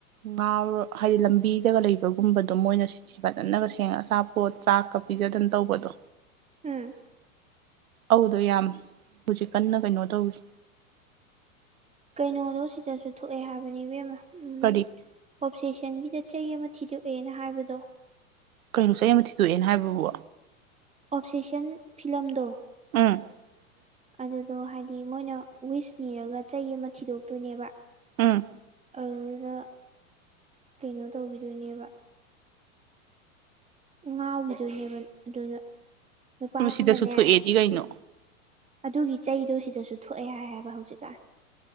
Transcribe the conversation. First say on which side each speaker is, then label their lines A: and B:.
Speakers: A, on the right; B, on the right.
A: ꯉꯥꯥꯎꯔꯣ ꯍꯥꯏꯗꯤ ꯂꯝꯕꯤꯗꯒ ꯂꯩꯕꯒꯨꯝꯕꯗꯣ ꯃꯣꯏꯅ ꯁ ꯐꯖꯅꯒ ꯁꯦꯡꯉ ꯑꯆꯥꯄꯣꯠ ꯆꯥꯛꯀ ꯐꯤꯖꯗꯅ ꯇꯧꯕꯗꯣ
B: ꯎꯝ
A: ꯑꯧꯗꯣ ꯌꯥꯝ ꯍꯧꯖꯤꯛ ꯀꯟꯅ ꯀꯩꯅꯣ ꯇꯧꯔꯤ
B: ꯀꯩꯅꯣꯗꯣ ꯁꯤꯗꯁꯨ ꯊꯣꯛꯑꯦ ꯍꯥꯏꯕꯅꯦ ꯏꯕꯦꯝꯃꯥ ꯎꯝ
A: ꯀꯔꯤ
B: ꯑꯣꯞꯁꯦꯁꯟꯒꯤꯗ ꯆꯩ ꯑꯃ ꯊꯤꯗꯣꯛꯑꯦꯅ ꯍꯥꯏꯕꯗꯣ
A: ꯀꯩꯅꯣ ꯆꯩ ꯑꯃ ꯊꯤꯗꯣꯛꯑꯦꯅ ꯍꯥꯏꯕꯕꯨ
B: ꯑꯣꯞꯁꯦꯛꯁꯟ ꯐꯤꯂꯝꯗꯣ
A: <inaudible>
B: ꯑꯗꯨꯗꯣ ꯍꯥꯏꯗꯤ ꯃꯣꯏꯅ ꯋꯤꯁ ꯅꯤꯔꯒ ꯆꯩ ꯑꯃ ꯊꯤꯗꯣꯛꯇꯣꯏꯅꯦꯕ
A: ꯎꯝ
B: ꯑꯗꯨꯒ ꯀꯩꯅꯣ ꯇꯧꯒꯤꯗꯣꯏꯅꯦꯕ ꯉꯥꯎꯒꯤꯗꯣꯏꯅꯦꯕ ꯑꯗꯨꯅ ꯅꯨꯄꯥꯁꯤꯅꯅꯦ
A: ꯎꯝ ꯁꯤꯗꯁꯨ ꯊꯣꯛꯑꯦꯗꯤ ꯀꯩꯅꯣ
B: ꯑꯗꯨꯒꯤ ꯆꯩꯗꯣ ꯁꯤꯗꯁꯨ ꯊꯣꯛꯑꯦ ꯍꯥꯏꯑꯕ ꯍꯧꯖꯤꯛꯀꯥꯟ